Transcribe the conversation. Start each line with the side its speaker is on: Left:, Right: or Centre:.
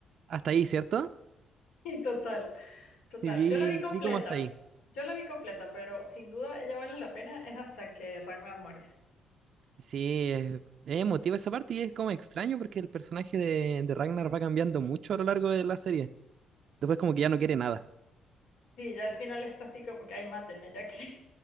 Right: Hasta ahí, ¿cierto?
Left: Y total. Total,
Right: Sí, vi,
Left: yo la vi completa,
Right: vi como hasta ahí.
Left: yo la vi completa, pero sin duda ella vale la pena es hasta que Ragnar muere.
Right: Sí, es, es emotiva esa parte y es como extraño porque el personaje de, de Ragnar va cambiando mucho a lo largo de la serie. Después como que ya no quiere nada.
Left: Sí, ya al final está así como que, ay, mátenme, ya que